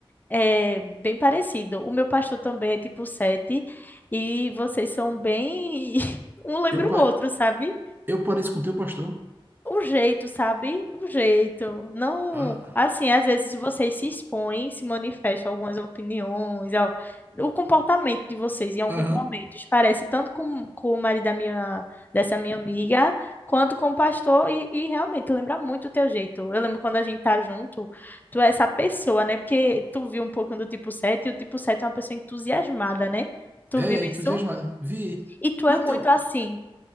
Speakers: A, on the left; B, on the right.
A: É bem parecido. O meu pastor também é tipo sete, e vocês são bem. <laughs> Um lembra
B: eu, pa-
A: o outro, sabe?
B: eu pareço com o teu pastor.
A: o jeito, sabe? O jeito. Não,
B: Ah,
A: assim, às vezes vocês se expõem, se manifestam algumas opiniões, ao- o comportamento de vocês em alguns
B: Aham.
A: momentos parece tanto com, com o marido da minha, dessa minha amiga, quanto com o pastor, e, e realmente lembra muito o teu jeito. Eu lembro quando a gente tá junto, tu é essa pessoa, né? Porque tu viu um pouquinho do tipo 7 e o tipo 7 é uma pessoa entusiasmada, né? Tu
B: É,
A: viu
B: entusiasmada.
A: isso?
B: Vi.
A: E tu
B: Então,
A: é muito assim.